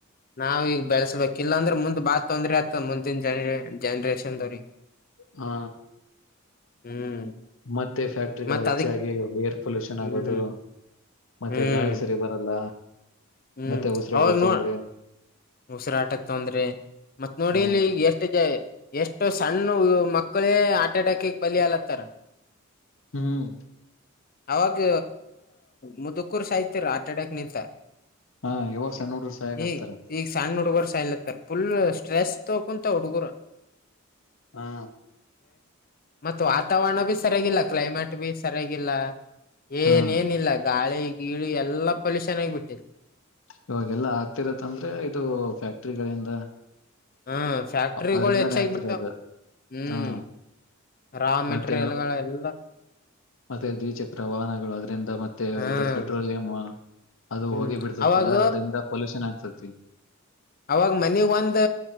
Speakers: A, on the left; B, on the left.
A: ನಾವೀಗ ಬೆಳಸಬೇಕಿಲ್ಲ ಅಂದ್ರೆ ಮುಂದ ಬಾತ್ ತೊಂದ್ರರೆ ಆತ ಮುಂದಿನ ಜನರ ಜನ್ರೇಷನ್ದವ್ರ
B: ಹಾ
A: ಹ್ಮ್
B: ಮತ್ತೆ ಫ್ಯಾಕ್ಟ್ರಿಗಳು
A: ಮತ್
B: ಹೆಚ್ಚಾಗಿ
A: ಅದಕ್
B: ಏರ್ ಪೊಲ್ಯೂಷನ್
A: ಹ್ಮ್
B: ಆಗೋದು ಮತ್ತೆ
A: ಹ್ಮ್
B: ಗಾಳಿ ಸರಿ ಬರಲ್ಲ
A: ಹ್ಮ್
B: ಮತ್ತೆ ಉಸಿರಾಡ
A: ಅವಾಗ ನೋ
B: ತೊಂದ್ರೆ
A: ಉಸಿರಾಟಕ್ ತೊಂದ್ರೆ ಮತ್ತ್ ನೋಡಿ
B: ಹ್ಮ್
A: ಇಲ್ಲಿ ಎಷ್ಟು ಜ ಎಷ್ಟ ಸಣ್ಣ ಮಕ್ಕಳೇ ಆಾರಟ್ ಅಟ್ಯಾಕ್ ಬಲಿ ಅಲತ್ತಾರ
B: ಹ್ಮ್
A: ಅವಾಗ ಮುದುಕೂರ್ ಸಾಯ್ತಿರ ಹಾರ್ಟ್ ಅಟ್ಯಾಕ್ ನಿಂತ
B: ಹಾ ಇವಾಗ ಸಣ್ಣ ಹುಡ್ರು ಸಾಯಗತ್ತಾರೆ
A: ಈಗ ಈಗ ಸಣ್ಣ ಹುಡುಗುವರ್ ಸ ಇಲತ್ತರ್ ುಲ್ ಸ್ಟ್ರೆಸ್ ತ ಕುಂತ ಹುಡುಗುರು
B: ಹಾ
A: ಮತ್ತ ವಾತಾವರಣ ಬಿೀ ಸರಿಯಾಗಿಲ್ಲದೆ ಕ್ಲೈಮೆಟ್ ಬಿ ಸರಿಯಾಗಿಲ್ಲ ಏನ
B: ಹಾ
A: ಏನ ಇಿಲ್ಲ ಗಾಳಿ ಗೀಳಿ ಎಲ್ಲಾ ಪೊಲ್ಯೂಷನ್ ಆಗಿ ಬಿಟ್ಟರಿ
B: ಇವಾಗೆಲ್ಲಾ ಆಗ್ತಿರತ್ತ ಅಂದ್ರೆ ಇದು ಫ್ಯಾಕ್ಟ್ರಿಗಳಿಂದ
A: ಹ ಫ್ಯಾಕ್ಟ್ರಿಗಳು
B: ಅದ್ರಿಂದಾನೇ
A: ಹೆಚ್ಚಾಗಿಬಿಟ್ಟು
B: ಆಗ್ತಿರೋದು
A: ಹ್ಮ್
B: ಹಾ
A: ರಾ ಮೆಟೀರಿಯಲ್ಗಳ
B: ಮತ್ತೆ
A: ಎಲ್ಲ
B: ಮತ್ತೆ ದ್ವಿಚಕ್ರ ವಾಹನಗಳು ಆದ್ರೆ ್ರ ಮತ್ತೆ
A: ಹ್ಮ್
B: ಇದು ಪೆಟ್ರೋಲಿಯಂ ಅದು
A: ಹ್ಮ್
B: ಹೋಗಿ ಬಿಡ್ತತ್ತಲ್ಲ
A: ಅವಾಗ
B: ಅದ್ರಂದ ಪೊಲ್ಯೂಷನ್ ಆಗ್ತತಿ
A: ಅವಾಗ್ ಮನಗ್ ಒಂದ